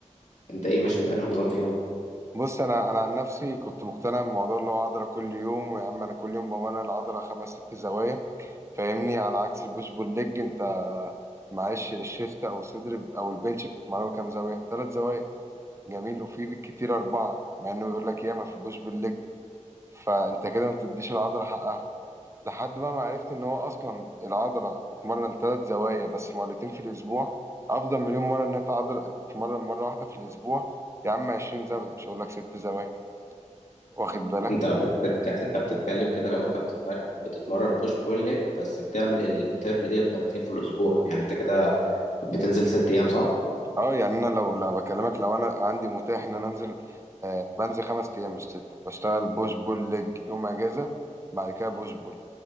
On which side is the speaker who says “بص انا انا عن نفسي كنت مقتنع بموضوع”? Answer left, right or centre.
Right